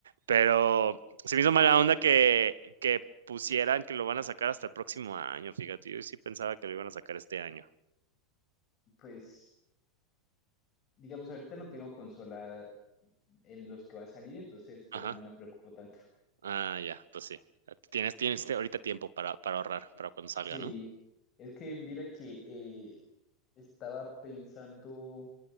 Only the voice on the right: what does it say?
Pero se me hizo mala onda que, que pusieran que lo van a sacar hasta el próximo año, fíjate. Yo sí pensaba que lo iban a sacar este año.
Ajá.
Ah, ya, pues sí. Ah, Tienes, tienes este, ahorita tiempo para, para ahorrar, para cuando salga,
¿no?